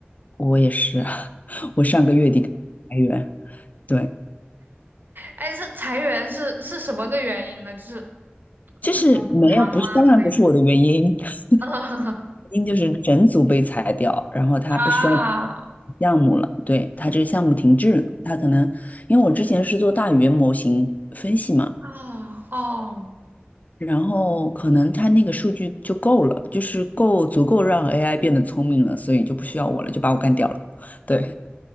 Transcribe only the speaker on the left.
我也是，<laughs> 我上个月底刚裁员，对，
就是没有，
不是，当然不是我的原因，<laughs> 原
因就是整组被裁掉，然后他不需要
项目了，对，他这个项目停滞了，他可能因为我之前是做大语言模型分析嘛。
然后可能它那个数据就够了，就是够足够让 AI 变得聪明了，所以就不需要我了，就把我干掉了。对，